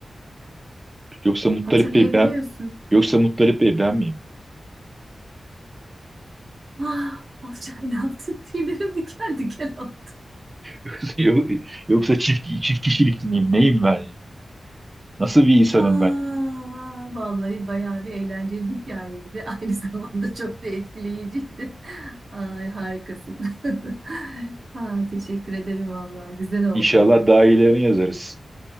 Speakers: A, on the right; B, on the right.
A: Yoksa Muttalip
B: Hatırlayabiliyorsun.
A: Bey ben yoksa Muttalip Bey ben miyim?
B: Ah, Olcay ne yaptın? Tüylerim diken diken oldu.
A: <laughs> Yok- Yoksa çift çift kişilik miyim? Neyim ben ya? Nasıl bir insanım
B: Aa,
A: ben?
B: vallahi bayağı bir eğlenceli hikayeydi. <laughs> Aynı zamanda çok da etkileyiciydi. Ay, harikasın. <laughs> Ha, teşekkür ederim vallahi. Güzel oldu.
A: İnşallah daha iyilerini yazarız.